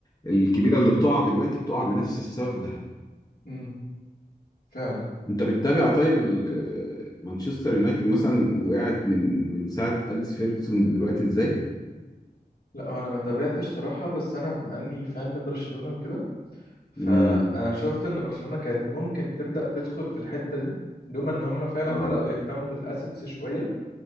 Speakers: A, on the left; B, on the left.
A: الكبيره اللي بتقع دلوقتي بتقع لنفس السبب ده
B: امم فعلا
A: انت بتتابع طيب ال- مانشستر يونايتد مثلا وقعت من من ساعه اليكس فيرجسون دلوقتي ازاي
B: لا هو انا ما تابعتش صراحه بس انا بما اني فان لبرشلونه وكده فانا
A: امم
B: شفت ان برشلونه كانت ممكن تبدا تدخل في الحته دي لولا ان هم فعلا
A: اه
B: بداوا يهتموا بالاسيتس شويه